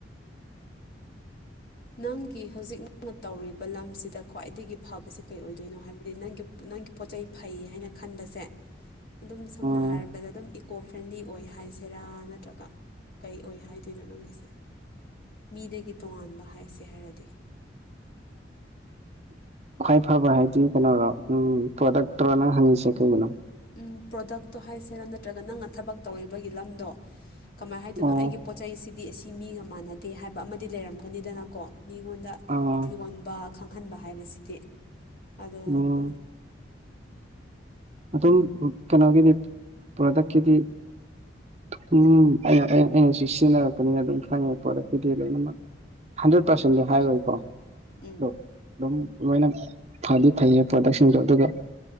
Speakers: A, on the left; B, on the right.
A: ꯅꯪꯒꯤ ꯍꯧꯖꯤꯛ ꯅꯪꯅ ꯇꯧꯔꯤꯕ ꯂꯝꯁꯤꯗ ꯈ꯭ꯋꯥꯏꯗꯒꯤ ꯐꯕꯁꯤ ꯀꯩ ꯑꯣꯏꯗꯣꯏꯅꯣ ꯍꯥꯏꯕꯗꯤ ꯅꯪꯒꯤ ꯅꯪꯒꯤ ꯄꯣꯠꯆꯩ ꯐꯩ ꯍꯥꯏꯅ ꯈꯟꯕꯁꯦ
B: <inaudible>
A: ꯑꯗꯨꯝ ꯁꯝꯅ
B: ꯎꯝ
A: ꯍꯥꯏꯔꯕꯗ ꯑꯗꯨꯝ ꯏꯀꯣ ꯐ꯭ꯔꯦꯟꯂꯤ ꯑꯣꯏ ꯍꯥꯏꯁꯤꯔꯥ ꯅꯠꯇ꯭ꯔꯒ ꯀꯩ ꯑꯣꯏ ꯍꯥꯏꯗꯣꯏꯅꯣ ꯅꯪꯒꯤꯁꯦ ꯃꯤꯗꯒꯤ ꯇꯣꯉꯥꯟꯕ ꯍꯥꯏꯁꯦ ꯍꯥꯏꯔꯗꯤ
B: ꯈ꯭ꯋꯥꯏ ꯐꯕ ꯍꯥꯏꯗꯤ ꯀꯩꯅꯔꯣ ꯎꯝ ꯄ꯭ꯔꯣꯗꯛꯇꯔꯣ ꯅꯪ ꯍꯪꯉꯤꯁꯦ ꯀꯩꯒꯤꯅꯣ
A: ꯎꯝ ꯄ꯭ꯔꯣꯗꯛꯇꯣ ꯍꯥꯏꯁꯦꯔꯥ ꯅꯠꯇ꯭ꯔꯒ ꯅꯪꯅ ꯊꯕꯛ ꯇꯧꯔꯤꯕꯒꯤ ꯂꯝꯗꯣ ꯀꯃꯥꯏꯅ ꯍꯥꯏꯗꯣꯏꯅꯣ
B: ꯑꯣ
A: ꯑꯩꯒꯤ ꯄꯣꯠ ꯆꯩꯩꯁꯤꯗꯤ ꯑꯁꯤ ꯃꯤꯒ ꯃꯥꯟꯅꯗꯦ ꯍꯥꯏꯕ ꯑꯃꯗꯤ ꯂꯩꯔꯝꯒꯅꯤꯗꯅꯀꯣ ꯃꯤꯉꯣꯟꯗ
B: ꯑꯥ
A: ꯌꯣꯟꯕ ꯈꯪꯍꯟꯕ ꯍꯥꯏꯕꯁꯤꯗꯤ ꯑꯗꯣ
B: ꯎꯝ
A: ꯑꯗꯨꯝ
B: ꯑꯗꯨꯝ ꯀꯩꯅꯣꯒꯤꯗꯤ ꯄ꯭ꯔꯗꯛꯀꯤꯗꯤ ꯎꯝ ꯑꯩꯅ ꯑꯩꯅ ꯁꯤ ꯁꯤꯖꯤꯟꯅꯔꯛꯄꯅꯤꯅ ꯑꯗꯨꯝ ꯈꯪꯉꯦ ꯄꯔꯗꯛꯀꯤꯗꯤ ꯂꯣꯏꯅꯃꯛ ꯍꯟꯗ꯭ꯔꯦꯠ ꯄꯥꯔꯁꯦꯟꯗꯤ
A: ꯎꯝ
B: ꯍꯥꯏꯔꯣꯏꯏꯀꯣ ꯑꯗꯣ ꯑꯗꯨꯝ ꯂꯣꯏꯅ ꯐꯗꯤ ꯐꯩꯌꯦ ꯄ꯭ꯔꯗꯛꯁꯤꯡꯗꯣ ꯑꯗꯨꯒ